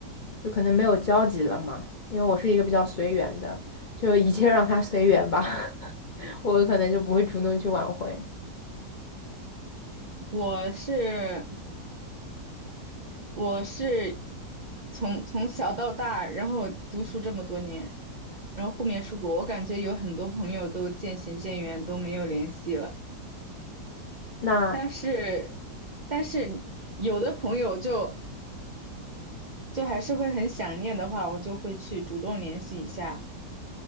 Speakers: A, on the left; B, on the right.
A: 就可能没有交集了嘛，因为我是一个比较随缘的，就一切让它随缘吧，<laughs> 我可能就不会主动去挽回。
B: 我是我是从从小到大，然后读书这么多年，然后后面出国，我感觉有很多朋友都渐行渐远，都没有联系了。
A: 那。
B: 但是，但是有的朋友就就还是会很想念的话，我就会去主动联系一下，